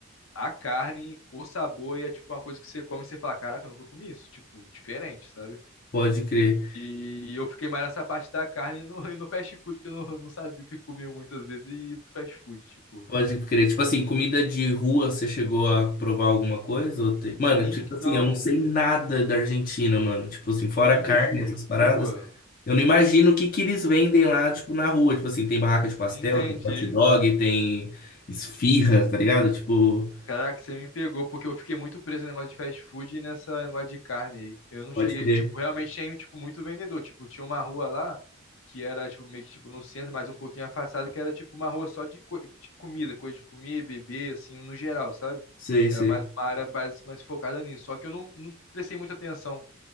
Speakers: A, on the left (about 70°); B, on the left (about 45°).
A: A carne, o sabor e é tipo uma coisa que você come e você fala, caraca, eu nunca comi isso, tipo, diferente, sabe?
B: Pode crer.
A: E eu fiquei mais nessa parte da carne e no, <laughs> e no fast food, que eu não, não sabia o que comia muitas vezes e ia pro fast food, tipo.
B: Pode crer. Tipo assim, comida de rua, você chegou a provar alguma coisa? Ou tem- Mano,
A: Então,
B: tipo assim, eu não sei nada da Argentina, mano. Tipo assim, fora
A: comida
B: carne,
A: de
B: essas paradas.
A: rua,
B: Eu não imagino o que que eles vendem lá, tipo, na rua. Tipo assim, tem barraca de pastel,
A: entendi.
B: tem hot dog, tem esfirra, tá ligado? Tipo,
A: Caraca, você me pegou, porque eu fiquei muito preso no negócio de fast food e nessa negócio de carne aí. Eu não
B: pode
A: cheguei,
B: crer.
A: tipo, realmente tinha, tipo, muito vendedor. Tipo, tinha uma rua lá que era, tipo, meio que, tipo, no centro, mas um pouquinho afastada, que era, tipo, uma rua só de, co- de comida, coisa de comer, beber, assim, no geral, sabe?
B: Sei,
A: Era
B: sei.
A: mais uma área mais, mais focada nisso. Só que eu não, não prestei muita atenção